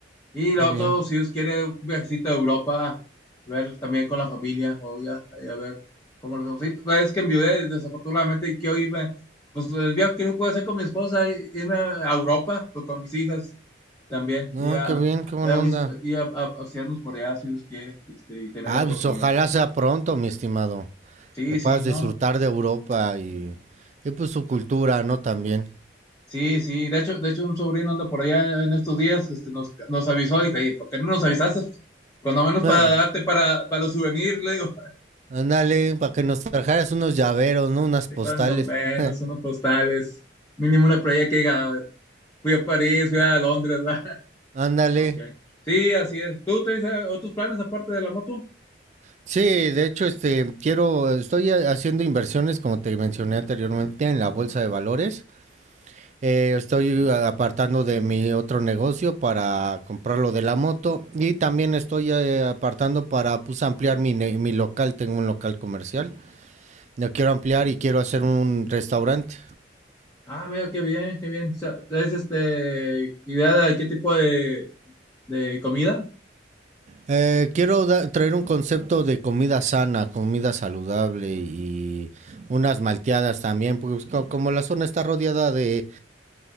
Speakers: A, on the left; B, on the right.
A: Y lo
B: qué bien.
A: otro, si Dios quiere, un viajecito a Europa, ver también con la familia, o ya, ahí a ver cómo los ausitos. Es que enviudé, desafortunadamente, y quiero irme, pues el viaje que no puedo hacer con mi esposa, i- irme a Europa, pues, con mis hijas también,
B: No,
A: y a,
B: qué bien, qué buena
A: y a, vis-
B: onda.
A: y a- a- a pasearnos por allá, si Dios quiere, este, y tener
B: Ah,
A: la oportunidad.
B: pues ojalá sea pronto, mi estimado.
A: Sí,
B: que puedas
A: sí, no.
B: disfrutar de Europa y, y pues su cultura, ¿no? También.
A: Sí, sí, de hecho, de hecho un sobrino anda por allá en estos días, este, nos, nos avisó, dije, "Oye, ¿por qué no nos avisaste? Cuando menos
B: Ah,
A: para darte para, para los souvenirs, le digo.
B: Ándale, para que nos trajeras unos llaveros, ¿no? Unas
A: de
B: postales.
A: cuando menos,
B: <laughs>
A: unos postales, mínimo una playa que diga, fui a París, fui a Londres, ¿verdad? <laughs>
B: Ándale.
A: Ok. Sí, así es. ¿Tú traes eh, otros planes aparte de la moto?
B: Sí, de hecho, este, quiero, estoy ha- haciendo inversiones, como te mencioné anteriormente, en la bolsa de valores. Eh, estoy apartando de mi otro negocio para comprar lo de la moto y también estoy eh, apartando para, pues, ampliar mi, ne- mi local. Tengo un local comercial. Lo quiero ampliar y quiero hacer un restaurante.
A: Ah, mira, qué bien, qué bien. O sea, ¿Traes este idea de qué tipo de, de comida?
B: Eh, quiero da- traer un concepto de comida sana, comida saludable y unas malteadas también, porque pues, co- como la zona está rodeada de